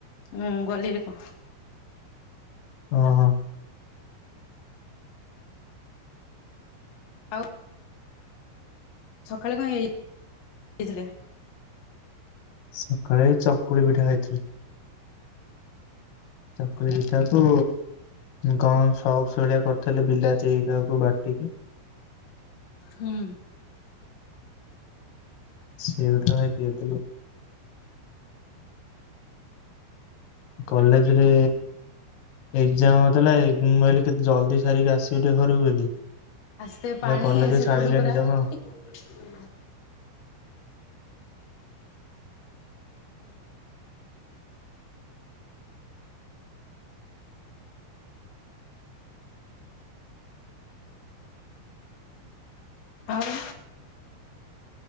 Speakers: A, on the left (about 65°); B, on the left (about 80°).
A: ମୁଁ ଗଲି ରିକୁ।
B: ଓ ହଁ।
A: ଆଉ। ସକାଳେ କଣ ହେଇଥିଲେ?
B: ସକାଳେ ଚକୁଳି ପିଠା ଖାଇଥିଲି। ଚକୁଳି ପିଠାକୁ କଣ ସଉ ଶଳିଆ କରିଥିଲେ ବିଲାତିଇ କୁ ବାଟି ଠିକ୍।
A: ହୁଁ।
B: ସେଉଟା ଏ ଖିଆ ଥିଲୁ। କଲେଜରେ ଏକ୍ଜାମ ଥାଏ। ମୁଁ କହିଲି କେତେ ଜଲଦି ସାରିକି ଆସିବି ଟେ ଘରକୁ ବୋଲି।
A: ଆସ୍ତେ ପାଣି
B: ଏ କଲେଜ
A: ହେ ସେ
B: ଛାଡିଲେଣି
A: ପଟୁ ପରା
B: ଜମା
A: ଟିକ୍
B: ଆଉ
A: ହୁଁ। ଆଉ।